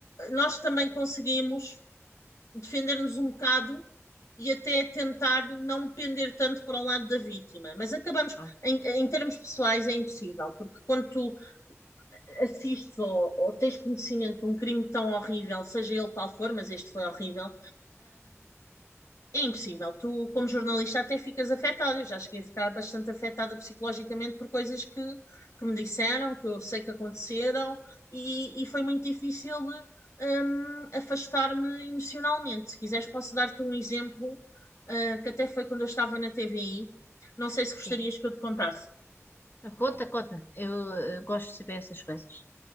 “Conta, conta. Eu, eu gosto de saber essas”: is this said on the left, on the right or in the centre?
Left